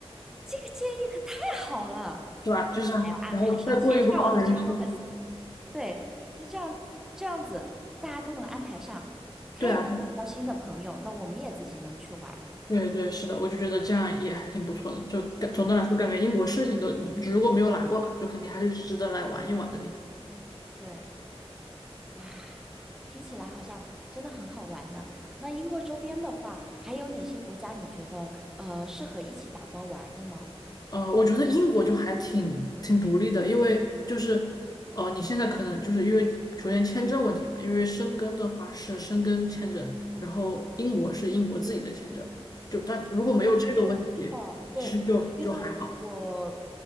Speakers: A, in the centre; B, on the left.
A: 这个建议可太好了，
B: 是吧？
A: 我还要安排上，
B: 就是然后再过一过二人世纪，
A: 写上我的 c h e c k l i s 对，那这样这样子大家都能安排上，他也能交新的朋友，
B: 对啊，
A: 那我们也自己能去玩儿。
B: 对对是的，我就觉得这样也还挺不错的，就感总的来说感觉英国是一个，
A: 对
B: 嗯如果没有来过吧，就肯定还是值得来玩一玩的地方。
A: 对，哇，听起来好像真的很好玩呢。那英国周边的话，还有哪些国家你觉得呃适合一起打包玩儿的呢？
B: 呃，我觉得英国就还挺挺独立的，因为就是呃，你现在可能就是因为首先签证问题嘛，因为申根的话是申根签证，然后英国是英国自己的签证，就但如果没有这个问题，
A: 哦，对，我知道，对，
B: 其实就就还好。
A: 因为我